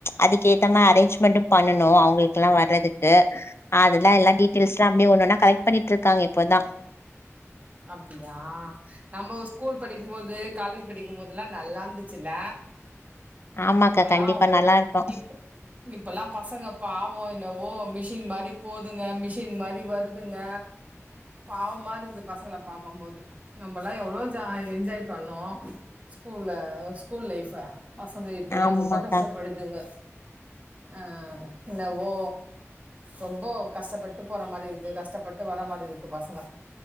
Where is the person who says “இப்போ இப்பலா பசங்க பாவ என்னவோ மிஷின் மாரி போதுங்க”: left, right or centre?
Right